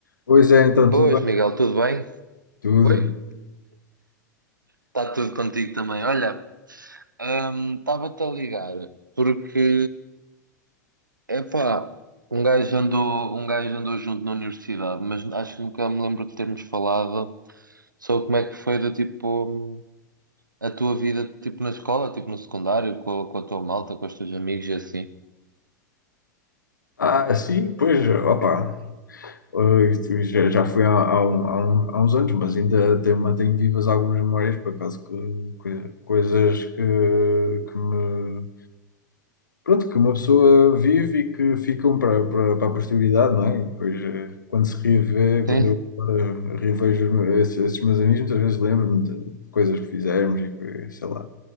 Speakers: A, on the left; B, on the right.
A: Pois é, então,
B: Boas,
A: tudo bem?
B: Miguel, tudo bem?
A: Tudo.
B: Oi? Está tudo contigo também. Olha, estava-te a ligar porque, epá, um gajo andou, um gajo andou junto na universidade, mas acho que nunca me lembro de termos falado sobre como é que foi do tipo hum, a tua vida tipo na escola, tipo no secundário, com, a- com a tua malta, com os teus amigos e assim.
A: Ah, sim, pois, opa, eh, isto já, já foi há, há, um- há um- há uns anos, mas ainda tenho, mantenho vivas algumas memórias, por acaso, que, que- coisas que, que me, pronto, que uma pessoa vive e que ficam para, para, para a posteridade, não é? E depois, eh, quando se revê, quando
B: Sim,
A: eu agora revejo esses, esses meus amigos, muitas vezes lembro-me de coisas que fizemos e que, sei lá.